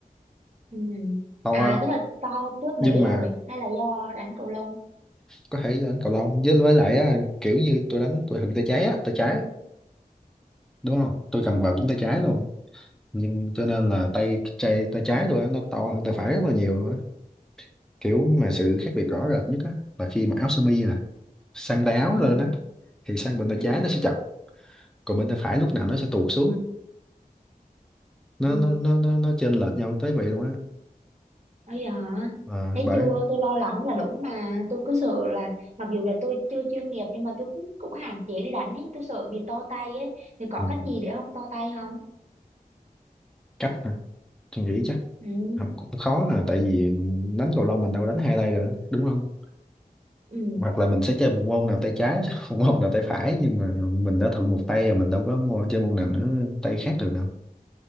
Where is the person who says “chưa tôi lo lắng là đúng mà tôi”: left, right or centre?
Right